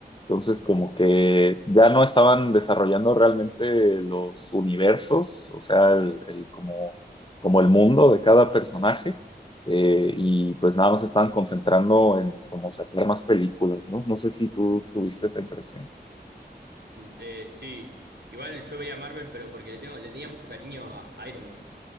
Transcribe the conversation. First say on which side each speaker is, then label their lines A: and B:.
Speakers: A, on the left (about 30°); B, on the right (about 80°).
A: Entonces, como que ya no estaban desarrollando realmente los universos, o sea, el, el como, como el mundo de cada personaje, eh, y pues nada más estaban concentrando en como sacar más películas, ¿no? No sé si tú tuviste esa impresión.
B: Eh, sí. Igual yo veía Marvel, pero porque le tengo, le tenía mucho cariño a Iron Man,